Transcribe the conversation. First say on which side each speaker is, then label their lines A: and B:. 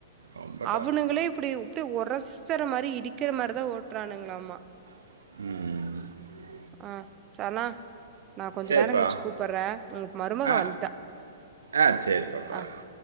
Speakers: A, on the right (about 75°); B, on the right (about 30°).
A: ரொம்ப
B: அவனுங்களே
A: டாஸ்க்.
B: இப்டி இப்டி ஒரஸ் சர மாரி இடிக்கிற மாரி ஓட்றானுங்களாம்மா
A: ம் ம்
B: ஆ சனா நா கொஞ்ச
A: சரிப்பா
B: நேரம் கலிச்சு கூப்பிடுறே உங் மருமக
A: ஆ
B: வந்துட்டா
A: ஆ சரிப்பா பாருங்கள்
B: அ